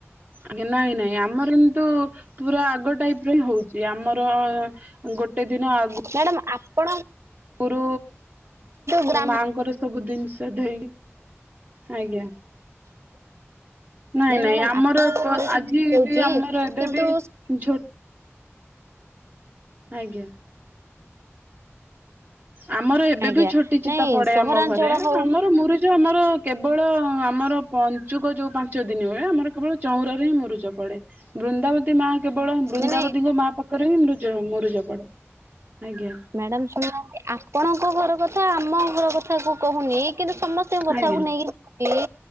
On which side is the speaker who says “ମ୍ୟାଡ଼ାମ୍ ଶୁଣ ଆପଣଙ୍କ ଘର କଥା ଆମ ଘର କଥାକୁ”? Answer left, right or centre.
Right